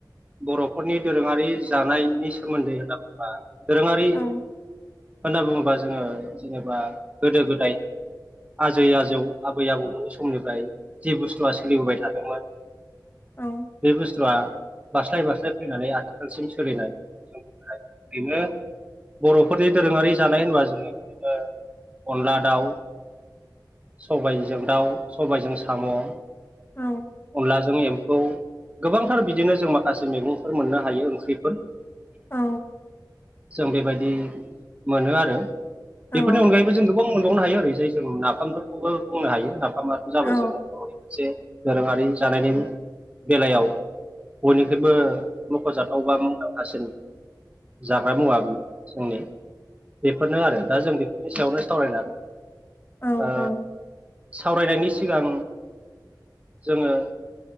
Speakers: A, on the right; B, on the left.
A: बर'फोरनि दोरोङारि जानायनि सोमोन्दै होनना बुङोबा दोरोङारि
B: औ
A: होनना बुङोबा जोङो जेनेबा गोदो-गोदाय आजै आजौ आबै आबौमोननि समनिफ्राय जे बुस्थुआ सोलिबोबाय थादोंमोन
B: औ
A: बे बुस्थुआ बास्लाय बास्लाय फैनानै आथिखालसिम सोलिनाय ओरैनो बर'फोरनि दोरोङारि जानाय होनबा जोङो‌ओ अनला दाउ, सबायजों दाउ, सबायाइजों साम' अनलाजों
B: औ
A: एमफौ गोबांथार बिदिनो जों माखासे मैगंफोर मोननो हायो ओंख्रिफोर
B: औ
A: जों बेबायदि मोनो आरो
B: औ
A: बेफोरनि अनगायैबो जों गोबां मोनबावनो हायो ओरैजाय जों नाफामफोरखौबो बुंनो हायो खामाथ' जाबाय
B: औ
A: जोंनि बर'नि मोनसे दोरोङारि जानायनि बेलायाव बयनिख्रुइबो मख'जाथाव बा मुंदांखासिन जाग्रा मुवा जोंनि बेफोरनो आरो दा जों बेफोरनि सायावनो सावरायनो
B: औ
A: ओ
B: औ
A: सावरायनायनि सिगां जोङो